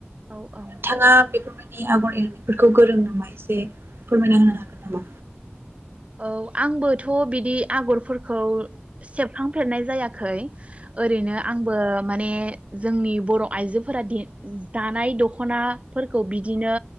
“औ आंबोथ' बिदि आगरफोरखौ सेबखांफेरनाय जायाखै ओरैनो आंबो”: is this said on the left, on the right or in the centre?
Right